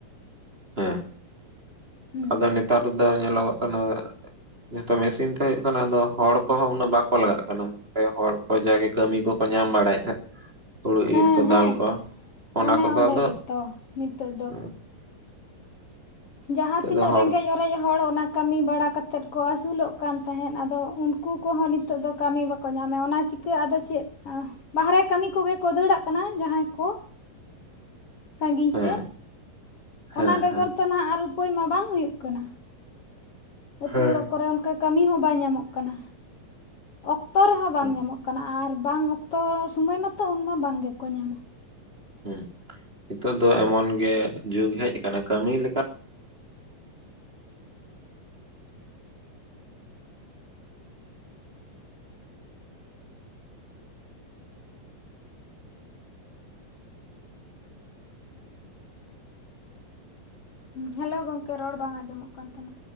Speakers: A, on the right (about 15°); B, on the left (about 50°).
A: ᱦᱮᱸ,
B: ᱦᱮᱸ
A: ᱟᱫᱚ ᱱᱮᱛᱟᱨ ᱫᱚ ᱧᱮᱞᱚᱜᱚᱜ ᱠᱟᱱᱟ ᱟᱫᱚ ᱡᱷᱚᱛᱚ ᱢᱮᱥᱤᱱ ᱛᱮ ᱦᱳᱭᱳᱜ ᱠᱟᱱᱟ ᱾ ᱟᱫᱚ ᱦᱚᱲ ᱠᱚᱦᱚ ᱩᱱᱟᱹᱜ ᱵᱟᱠᱚ ᱞᱟᱜᱟᱜ ᱠᱟᱱᱟ ᱾ ᱦᱚᱲ ᱠᱚ ᱡᱟᱜᱮ ᱠᱟᱹᱢᱤ ᱠᱚᱠᱚ ᱧᱟᱢ ᱵᱟᱲᱟᱭᱮᱫ ᱛᱟᱦᱮᱫ ᱾ ᱦᱩᱲᱩ
B: ᱦᱮᱸ
A: ᱤᱨ ᱠᱚ
B: ᱦᱮᱸ
A: ᱫᱟᱞ ᱠᱚ, ᱚᱱᱟ
B: ᱚᱱᱮ
A: ᱠᱚᱫᱚ
B: ᱚᱸᱰᱮ
A: ᱟᱫᱚ,
B: ᱜᱮᱛᱚ ᱱᱤᱛᱚᱜ
A: ᱦᱩᱸ ᱾
B: ᱡᱟᱸᱦᱟ ᱛᱤᱱᱟᱹᱜ
A: ᱫᱚ ᱦᱚᱲ
B: ᱨᱮᱜᱮᱡᱽ ᱚᱨ ᱚᱨᱮᱡ ᱦᱚᱲ ᱚᱱᱟ ᱠᱟᱹᱢᱤ ᱵᱟᱲᱟ ᱠᱚᱛᱮᱫ ᱠᱚ ᱟᱹᱥᱩᱞᱚᱜ ᱠᱟᱱ ᱛᱟᱦᱮᱸᱫ ᱟᱫᱚ ᱩᱱᱠᱩ ᱠᱚᱦᱚᱸ ᱱᱤᱛᱚᱜ ᱫᱚ ᱠᱟᱹᱢᱤ ᱵᱟ -ᱠᱚ ᱧᱟᱢᱮᱜᱼᱟ, ᱚᱱᱟ ᱪᱤᱠᱟᱹ ᱟᱫᱚ ᱪᱮᱫ
A: <inaudible>
B: ᱵᱟᱦᱟᱨᱮ ᱠᱟᱹᱢᱤ ᱠᱚᱜᱮ ᱠᱚ ᱫᱟᱹᱲᱟᱜ ᱠᱟᱱᱟ ᱡᱟᱸᱦᱟᱸᱭ ᱠᱚ᱾
A: <inaudible>
B: ᱥᱟᱺᱜᱤᱧ
A: ᱦᱮᱸ
B: ᱥᱮᱫ
A: ᱦᱮᱸ
B: ᱚᱱᱟ ᱵᱮᱜᱚᱨ
A: ᱦᱮᱸ
B: ᱛᱚ ᱱᱦᱟᱜ ᱟᱨ ᱩᱯᱟᱹᱭ ᱢᱟ ᱵᱟᱝ ᱦᱩᱭᱩᱜ ᱠᱟᱱᱟ᱾ ᱟᱹᱛᱩ
A: ᱦᱮᱸ
B: ᱚᱲᱟᱜ ᱠᱚᱨᱮ ᱚᱱᱠᱟ ᱠᱟᱹᱢᱤ ᱦᱚᱸ ᱵᱟᱭ ᱧᱟᱢᱚᱜ ᱠᱟᱱᱟ᱾ ᱚᱠᱛᱚ ᱨᱮᱦᱚᱸ ᱵᱟᱝ
A: ᱦᱮᱸ
B: ᱧᱟᱢᱚᱜ ᱠᱟᱱᱟ ᱟᱨ ᱵᱟᱝ ᱚᱠᱛᱚ ᱥᱳᱚᱢᱚᱭ ᱢᱟᱛᱚ ᱩᱱᱢᱟ ᱵᱟᱝ ᱜᱮᱠᱚ ᱧᱟᱢᱟ᱾
A: ᱦᱩᱸ ᱱᱤᱛᱚᱜ ᱫᱚ ᱮᱢᱚᱱ ᱜᱮ ᱡᱩᱜᱽ ᱦᱮᱡ ᱟᱠᱟᱱᱟ ᱠᱟᱹᱢᱤ ᱞᱮᱠᱟ
B: ᱩᱸ ᱦᱮᱞᱳ ᱜᱚᱝᱠᱮ ᱨᱚᱲ ᱵᱟᱝ ᱟᱸᱡᱚᱢᱚᱜ ᱠᱟᱱ ᱛᱟᱢᱟ᱾